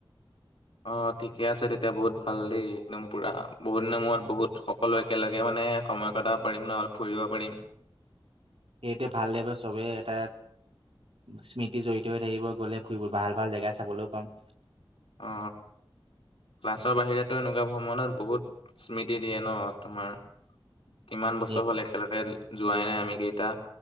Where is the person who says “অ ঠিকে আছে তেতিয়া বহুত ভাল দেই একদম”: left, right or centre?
Left